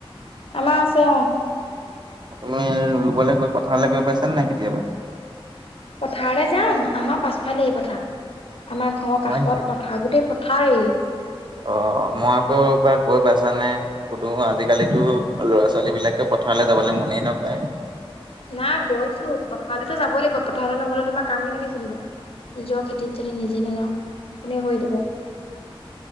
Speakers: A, on the left; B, on the right.
A: আমা আছে অ
B: তুমি ৰুবলৈ গৈ পথাৰলৈ গৈ পাইছানে নাই কেতিয়াবা
A: পথাৰলৈ যাওঁ আমাৰ পাছফালে এই পথাৰ আমাৰ ঘৰৰ
B: হয়
A: কাষত
B: নেকি
A: পথাৰ গোটেই পথাৰেই
B: অ মই আকৌ বা গৈ পাইছানে সুধো আজিকালিটো ল'ৰা ছোৱালী বিলাকে পথাৰলৈ যাবলৈ মনেই নকয়
A: নাই গৈছো পথাৰলৈতো যাবই লাগিব পথাৰলৈ নগলে তোমাৰ কাম কেনেকে চলিব নিজৰ খেতিত যদি নিজে নাযাওঁ কোনে কৰি দিব